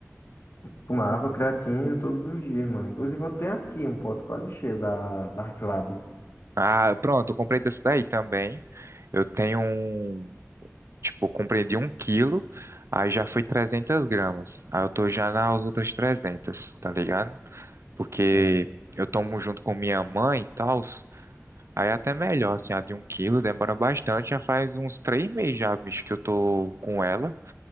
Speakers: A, on the left (about 60°); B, on the right (about 60°).
A: tomava creatina todos os dias, mano. Inclusive eu tenho aqui um pote quase cheio da Dark Lab.
B: Ah, pronto, eu comprei dessa daí também. Eu tenho um, tipo, eu comprei de um quilo, aí já foi 300 gramas. Aí eu tô já nas outras trezentas tá ligado? porque
A: Sei.
B: eu tomo junto com minha mãe e tal. Aí é até melhor, assim, a de um quilo demora bastante, já faz uns três meses já, bicho, que eu tô com ela,